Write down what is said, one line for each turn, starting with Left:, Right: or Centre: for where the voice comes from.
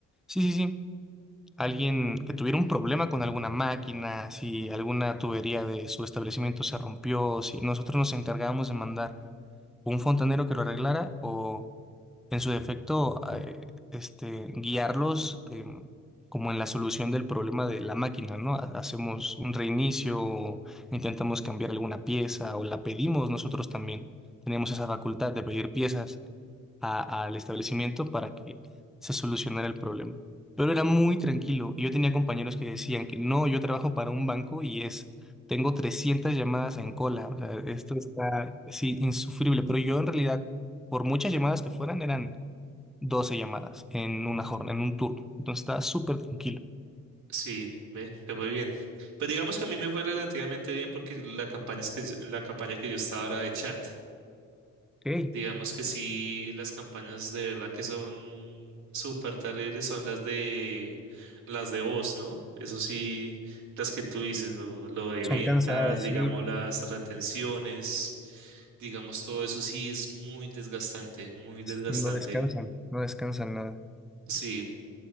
Centre: sí, sí, sí, alguien que tuviera un problema con alguna máquina, si alguna tubería de su establecimiento se rompió, si nosotros nos encargábamos de mandar un fontanero que lo arreglara o en su defecto, eh, este, guiarlos em, como en la solución del problema de la máquina, ¿no? Ha- Hacemos un reinicio, o intentamos cambiar alguna pieza o la pedimos nosotros también. Tenemos esa facultad de pedir piezas a- al establecimiento para que se solucionara el problema. Pero era muy tranquilo. y Yo tenía compañeros que decían que no, yo trabajo para un banco y es... Tengo 300 llamadas en cola, o sea, esto está, sí, insufrible, pero yo en realidad por muchas llamadas que fueran, eran 12 llamadas en una jornada, en un turno. Entonces está súper tranquilo.
Right: Sí, ve, te fue bien. Pues digamos que a mí me fue relativamente bien porque la campaña, es que, yo- la campaña que yo estaba era de chat.
Centre: Ok,
Right: Digamos que sí, las campañas de verdad que son súper terribles son las de las de voz, ¿no? Eso sí, las que tú dices, lo, lo de
Centre: son
Right: ventas,
Centre: cansadas,
Right: digamos
Centre: sí,
Right: las retenciones, digamos todo eso sí es muy desgastante, muy desgastante.
Centre: y no descansan, no descansan nada.
Right: Sí,